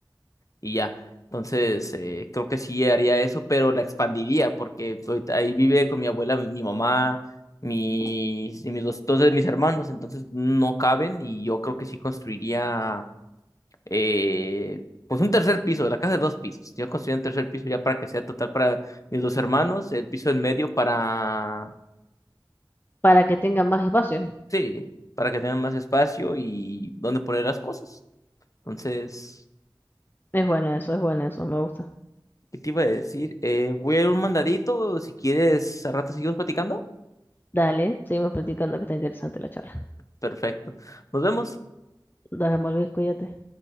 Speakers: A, on the left; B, on the left.
A: y ya. Entonces, eh, creo que sí haría eso, pero la expandiría porque ahorita ahí vive con mi abuela, mi, mi mamá, mis, y mis dos, dos de mis hermanos, entonces no caben y yo creo que sí construiría eh, pues un tercer piso, la casa de dos pisos. Yo construiría un tercer piso ya para que sea total para mis dos hermanos, el piso en medio para,
B: para que tengan más espacio.
A: sí, para que tengan más espacio y donde poner las cosas. Entonces...
B: Es bueno eso, es bueno eso, me gusta.
A: ¿Qué te iba a decir? Eh, voy a ir un mandadito. Si quieres, a rato seguimos platicando.
B: Dale, seguimos platicando que está interesante la charla.
A: Perfecto. Nos vemos.
B: Nos vemos, Luis, cuídate.